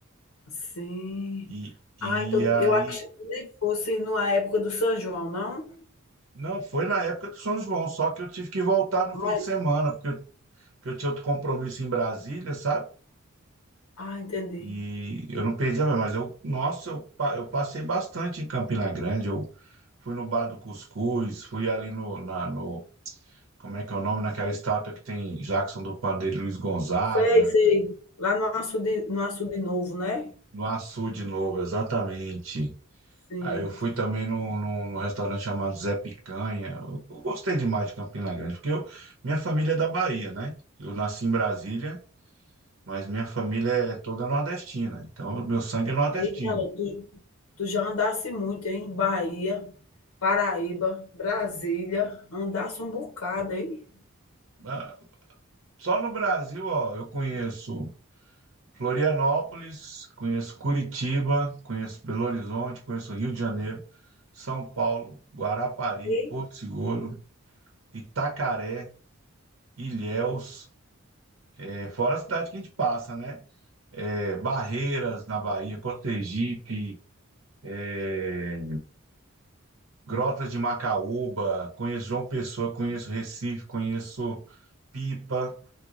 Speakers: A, on the left; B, on the right.
A: sim.
B: E, e
A: Ah, então
B: aí,
A: eu acho que tu nem fosse na época do São João, não?
B: não, foi na época do São João, só que eu tive que voltar no
A: Mas,
B: fim de semana, porque eu, porque eu tinha outro compromisso em Brasília, sabe?
A: ah, entendi.
B: E eu não perdi a ver, mas eu, nossa, eu, pa- eu passei bastante em Campina Grande. Eu fui no Bar do Cuscuz, fui ali no, na, no, como é que é o nome, naquela estátua que tem Jackson do Pandeiro e Luiz Gonzaga,
A: Sei, sei. Lá no Açude, no Açude Novo, né?
B: no Açu de novo, exatamente.
A: Sim.
B: Aí eu fui também num, num, num restaurante chamado Zé Picanha. Eu, eu gostei demais de Campina Grande, porque eu, minha família é da Bahia, né? Eu nasci em Brasília, mas minha família é toda nordestina, então o meu sangue é nordestino.
A: Eita, Alan, tu, Tu já andasse muito, hein? Bahia, Paraíba, Brasília, andasse um bocado, hein?
B: Ah, Só no Brasil, ó, eu conheço Florianópolis, conheço Curitiba, conheço Belo Horizonte, conheço Rio de Janeiro, São Paulo, Guarapari,
A: Ei.
B: Porto Seguro, Itacaré, Ilhéus, é, fora a cidade que a gente passa, né? é, Barreiras na Bahia, Cotegipe, é, Grotas de Macaúba, conheço João Pessoa, conheço Recife, conheço Pipa,